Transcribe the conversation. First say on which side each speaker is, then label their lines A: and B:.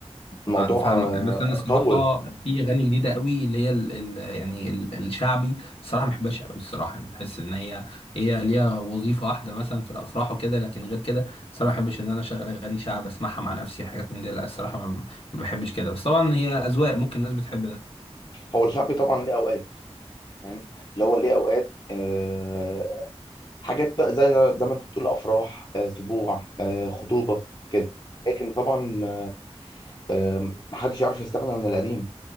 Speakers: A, on the left; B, on the left.
A: الموضوع
B: انا فاهمك
A: آه،
B: بس انا الصراحه
A: طول
B: في اغاني جديده قوي اللي هي ال ال يعني ال الشعبي الصراحه ما بحبهاش قوي الصراحه انا بحس ان هي هي ليها وظيفه واحده مثلا في الافراح وكده لكن غير كده الصراحه ما بحبش ان انا اشغل اغاني شعب اسمعها مع نفسي حاجات من دي لا الصراحه ما ما بحبش كده بس طبعا هي اذواق ممكن الناس بتحب ده
A: هو الشعبي طبعا ليه اوقات فاهم اللي هو ليه اوقات آه، حاجات بقى زي زي ما انت بتقول افراح آه، سبوع آه، خطوبة كده لكن طبعا آه، آه، محدش يعرف يستغنى عن القديم